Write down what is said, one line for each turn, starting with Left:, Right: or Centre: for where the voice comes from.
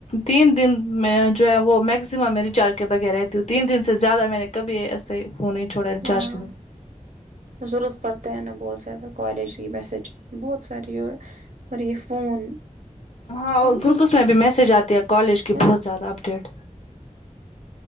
Left: تین دن میں جو ہے وہ میکسمم میں ریچارج کے بغیر رہتے تو تین دن سے زیادہ میں نے کبھی ایسے فون نہیں چوڑا ریچارج
Right: ہاں
Left: کے بے
Right: ضرورت پڑتا ہے نہ بہت زیادہ کالج کی میسج بہت ساری اور یہ فون
Left: ہاں اور
Right: ہے نا
Left: گروپس میں بھی میسج آتی ہے کالج کی
Right: ہے
Left: بہت
Right: نا
Left: زیادہ اپ ڈیٹ